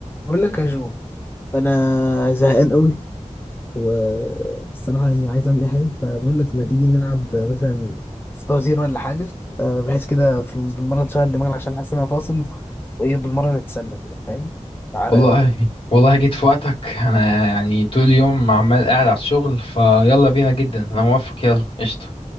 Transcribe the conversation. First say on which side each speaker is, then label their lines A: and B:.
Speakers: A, on the left; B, on the left.
A: بقول لك يا جو انا زهقان قوي والصراحه يعني عايز اعمل اي حاجه فبقول لك ما تيجي نلعب مثلا فوازير ولا حاجه آه، بحيث كده في بالمره نشغل دماغنا عشان حاسس ان انا فاصل وايه بالمره نتسنى كده فاهم تعالى
B: والله والله جيت في وقتك انا يعني طول اليوم عمال قاعد على الشغل فيلا بينا جدا انا موافق يلا قشطة